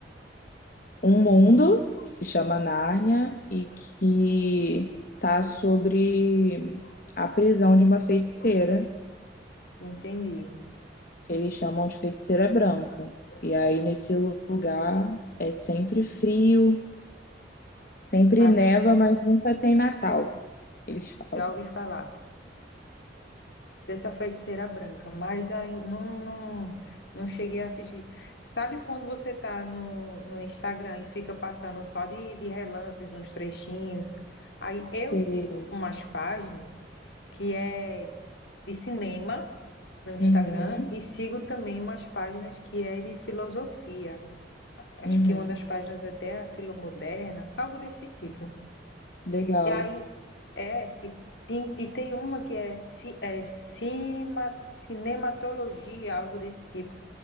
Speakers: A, on the left; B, on the left.
A: um mundo que se chama Nárnia e que tá sobre a prisão de uma feiticeira,
B: entendi.
A: que eles chamam de feiticeira branca. E aí nesse lugar é sempre frio Sempre
B: Ah,
A: neva, mas nunca tem Natal, eles falam.
B: já ouvi falar. dessa feiticeira branca, mas aí não, não, não cheguei a assistir. Sabe quando você tá no, no Instagram e fica passando só de, de relances, uns trechinhos? Aí eu
A: Sei.
B: sigo umas páginas que é de cinema no Instagram
A: Uhum,
B: e sigo também umas páginas que é de filosofia. Acho
A: uhum.
B: que uma das páginas é até é Filomoderna, algo desse tipo.
A: Legal.
B: E aí é, e, e- e tem uma que é, ci, é cima- cinematologia, algo desse tipo.